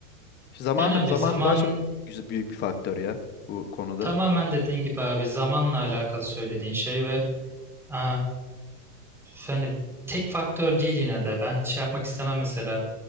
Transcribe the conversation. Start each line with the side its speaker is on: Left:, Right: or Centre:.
Left: Zaman,
Centre: Yani abi
Left: zaman
Centre: zamanın
Left: daha çok güzel, büyük bir faktör ya bu konuda.
Centre: Tamamen dediğin gibi abi zamanla alakalı söylediğin şey ve eee, hani tek faktör değil yine de. Ben şey yapmak istemem mesela.